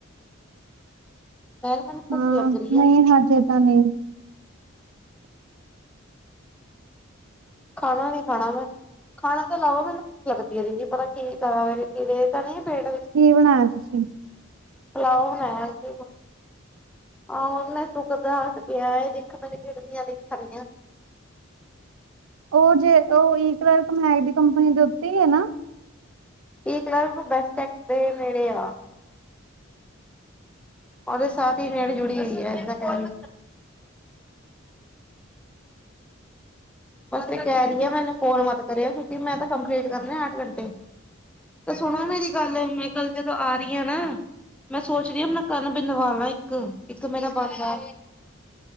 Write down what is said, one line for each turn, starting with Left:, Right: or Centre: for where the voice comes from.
Centre: ਕਿਹਾ ਮੈਨੂੰ ਭੁੱਖ
Right: ਹੂੰ
Centre: ਲੱਗ ਰਹੀ ਆ
Right: ਨਈ ਹਜੇ ਤਾ ਨਈ।
Centre: ਖਾਨਾ ਨੀ ਖਾਣਾ ਮੈਂ। ਖਾਣਾ ਤੋ ਇਲਾਵਾ ਮੈਨੂੰ ਭੁੱਖ ਲੱਗਦੀ ਐ ਦੀਦੀ ਪਤਾ ਨੀ ਕੀ ਕਰਾ ਮੇਰੇ ਕੀੜੇ ਤਾ ਨੀ ਏ ਪੇਟ ਵਿੱਚ?
Right: ਕੀ ਬਣਾਆ ਤੁਸੀ?
Centre: ਪੁਲਾਓ ਬਨਾਆ ਅਸੀ। <unintelligible> ਦੇਖਾ ਮੈ ਕਿਡਨੀਆ ਦੀ ਪਰੀਆ
Right: ਓ ਜੇ ਓ ਈ ਕਲਰ ਕਮੈਡ ਦੀ ਕੰਪਨੀ ਦੇ ਉੱਤੇ ਈ ਐ ਨਾ।
Centre: ਈ ਕਲਬ ਬੈਸਟ ਐਕਟ ਦੇ ਨੇੜੇ ਆ। ਓਦੇ ਸਾਥ ਈ ਰੇਡੀ ਜੁੜੀ ਹੋਈ ਐ ਐਦਾ ਕੇ ਰੀ। ਬਸ ਐ ਕੇ ਰੀ ਆ ਮੈਨੂੰ ਕੋਲ ਮਤ ਕਰਯੋ ਕਿਉਂਕਿ ਮੈਂ ਤੇ ਕੰਪਲੀਟ ਕਰਨੇ ਆਠ ਘੰਟੇ। ਤੇ ਸੁਣੋ ਮੇਰੀ ਗੱਲ ਮੈਂ ਕੱਲ ਜਦੋ ਆ ਰੀ ਆ ਨਾ ਮੈਂ ਸੋਚ ਰੀ ਆ ਅਪਨਾ ਕੰਨ ਬਿਨਵਾਲਾ ਇੱਕ, ਇੱਕ ਮੇਰਾ ਬੰਦ ਆ।